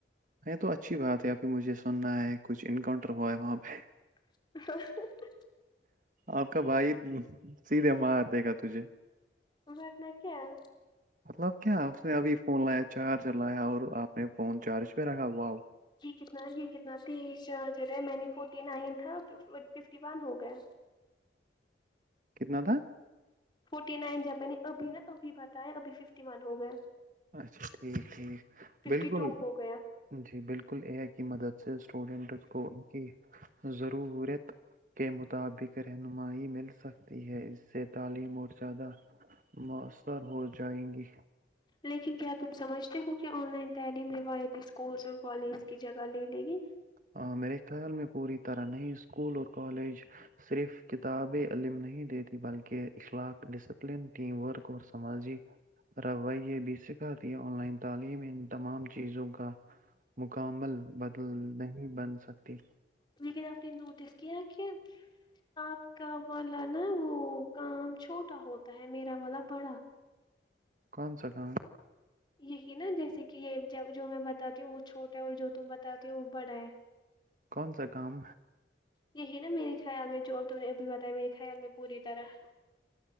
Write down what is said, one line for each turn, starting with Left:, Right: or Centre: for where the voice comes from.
Right: ہےتو اچھی بات ہے ابھی مجھے سننا ہے کچھ انکاؤنٹر ہوا ہے وہاں پہ
Left: <inaudible>
Right: آپ کا بھائی سیدھے مار دے گا تجھے
Left: ورنہ کیا ہے
Right: مطلب کیا اس نے ابھی فون لایا چارجر لایا اور آپ نے فون چارج پہ رکھا واو
Left: یہ کتنا یہ کتنا تیز چارجر ہے میں نے فورٹی نائن تھا ففٹی ون ہو گیا
Right: کتنا تھا
Left: فورٹی نائن جب میں نے ابھی نا ابھی بتایا ابھی ففٹی ون ہو گیا
Right: اچھا ٹھیک ٹھیک
Left: ففٹی
Right: بالکل
Left: ٹو ہو گیا
Right: جی بالکل اے آئی کی مدد سے اسٹوڈنٹس کو ان کی ضرورت کے مطابق رہنمائی مل سکتی ہے اس سے تعلیم اور زیادہ موثر ہو جائیں گی
Left: لیکن کیا تم سمجھتے ہو کہ آن لائن تعلیم روایتی اسکولس اور کالج کی جگہ لے لے گی
Right: ہاں میرے خیال میں پوری طرح نہیں اسکول اور کالج صرف کتاب علم نہیں دیتی بلکہ اخلاق ڈسپلن ٹیم ورک اور سماجی روی یہ بھی سکھاتی آن لائن تعلیم ان تمام چیزوں کا مکمل بدل نہیں بن سکتی
Left: بلکہ اپ نے نوٹس کیا کہ آپ کا والا نا وہ کام چھوٹا ہوتا ہے میرا والا بڑا
Right: کون سا کام
Left: یہی نا جیسے کہ یہ جب جو میں بتاتی ہوں وہ چھوٹا ہے اور جو تم بتاتے ہو وہ بڑا ہے
Right: کون سا کام
Left: یہی نا میرے خیال میں جوب تم نے ابھی بتایا میرے خیال میں پوری طرح